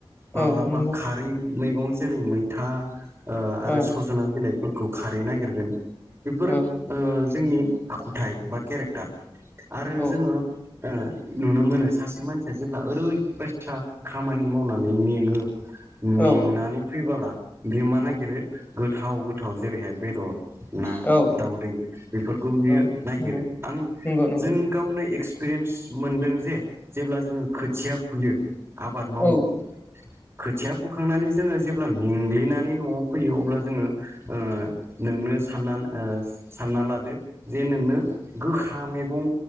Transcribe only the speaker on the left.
औ नंगौ
औ
औ
औ
औ
औ
औ
नंगौ
नंगौ नंगौ
औ